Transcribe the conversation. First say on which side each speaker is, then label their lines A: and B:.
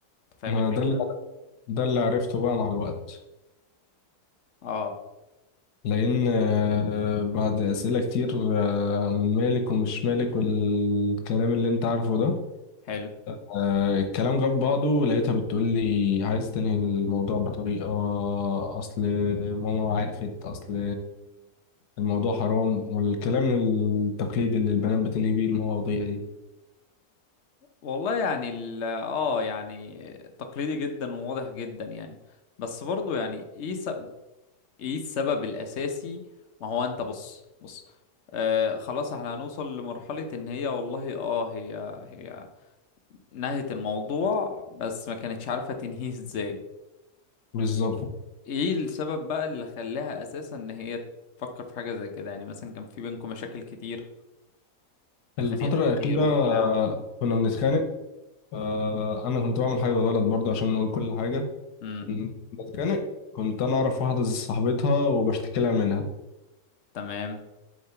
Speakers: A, on the left; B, on the left.
A: أنت فاهم
B: ما
A: الفكرة؟
B: ده اللي ده اللي عرفته بقى مع الوقت
A: اه
B: لان آه، بعد اسئلة كتير آه، من مالك ومش مالك والكلام اللي انت عارفه ده
A: حلو
B: آه، الكلام جاب بعضه لقيتها بتقول لي عايز تنهي الموضوع بطريقة أصل ماما عرفت أصل الموضوع حرام والكلام التقليدي اللي البنات بتنهي بيه المواضيع دي
A: والله يعني ال اه يعني تقليدي جدا وواضح جدا يعني بس برضو يعني ايه سب... ايه السبب الاساسي ما هو انت بص بص آه خلاص احنا هنوصل لمرحلة ان هي والله اه هي هي نهت الموضوع بس ما كانتش عارفة تنهيه ازاي
B: بالظبط
A: فايه السبب بقى اللي خلاها اساسا ان هي تفكر في حاجة زي كده يعني مثلا كان في بينكم مشاكل كتير
B: الفترة
A: اتخانقت
B: الأخيرة
A: كتير وبتاع
B: آه، كنا بنتخانق آه، أنا كنت بعمل حاجة غلط برضه عشان نقول كل حاجة
A: امم
B: كنت بتخانق كنت أنا أعرف واحدة صاحبتها وبشتكي لها منها
A: تمام